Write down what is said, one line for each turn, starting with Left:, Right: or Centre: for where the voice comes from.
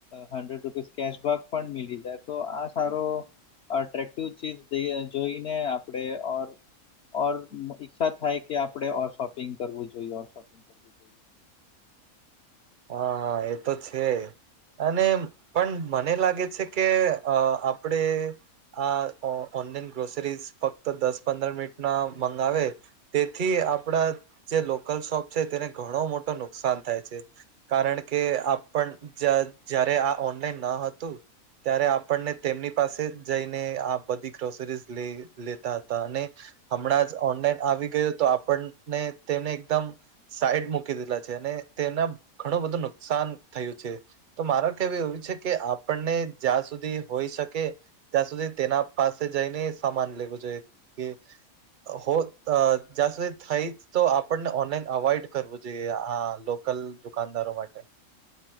Left: હન્ડ્રેડ રૂપીસ કેશબેક પણ મીલી જાય તો આ સારો અટ્રેક્ટિવ ચીજ જોઈને આપણેે ઓર ઓર ઈચ્છા થાય કે આપડણે ઓર શોપિંગ કરવું જોઈએ ઓર શોપિંગ કરવું જોઈએ.
Right: હા હા એ તો છે. અને પણ મને લાગે છે કે અ આપણેે આ ઓનલાઈન ગ્રોસરીઝ ફક્ત દસ પંદર મિનિટ ના મંગાવે તેથી આપણા જે લોકલ શોપ છે તેને ઘણો મોટો નુકસાન થાય છે. કારણ કે આપણ જયારે આ ઓનલાઈન ના હતું ત્યારે આપણને તેમની પાસે જ જઈને આ બધી ગ્રોસરીઝ લ લેતા હતા અને હમણાં જ ઓનલાઈન આવી ગયું તો આપણને તેમને એકદમ સાઈટ મૂકી દીધલા છે અને તેને ઘણું બધું નુકસાન થયું છે. તો માર કેવું એવું છે કે આપણને જ્યાં સુધી હોઈ શકે ત્યાં સુધી તેના પાસે જઈને સમાન લેવું જોઈ કે હો જ્યાં સુધી થઈ તો આપણને ઓનલાઈન અવોઈડ કરવું જોઈએ આ લો કલ દુકાનદારો માટે